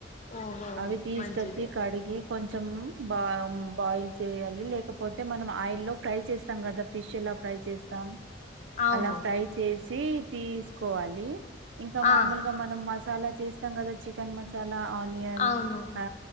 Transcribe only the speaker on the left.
ఓహో
మంచిదే
అవును
ఆ
అవును